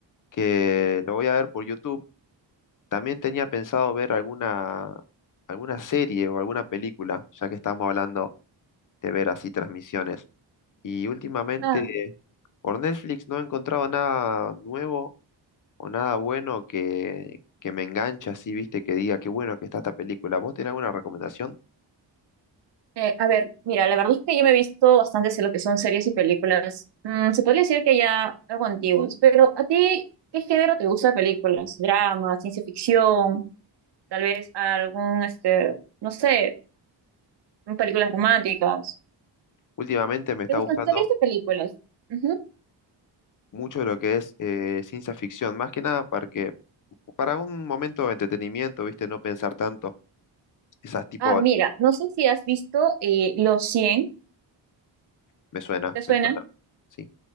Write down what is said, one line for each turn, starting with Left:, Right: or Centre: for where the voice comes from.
Left: que lo voy a ver por YouTube, también tenía pensado ver alguna, alguna serie o alguna película, ya que estamos hablando de ver así transmisiones. Y últimamente
Right: ah,
Left: por Netflix no he encontrado nada nuevo o nada bueno que, que me enganche así, viste, que diga qué bueno que está esta película. ¿Vos tenés alguna recomendación?
Right: Eh, a ver, mira, la verdad es que yo me he visto bastantes de lo que son series y películas. Mm, se podría decir que ya algo antiguos, pero ¿a ti qué género te gusta de películas? ¿Drama, ciencia ficción, tal vez algún, este, no sé, películas románticas?
Left: Últimamente me está
Right: ¿Te gustan
Left: gustando
Right: series de películas? Ujú.
Left: mucho lo que es eh, ciencia ficción, más que nada porque para un momento de entretenimiento, viste, no pensar tanto. Esas tipo,
Right: Ah, mira, no sé si has visto eh, Los cien.
Left: me suena,
Right: ¿te suena?
Left: me suena. Sí.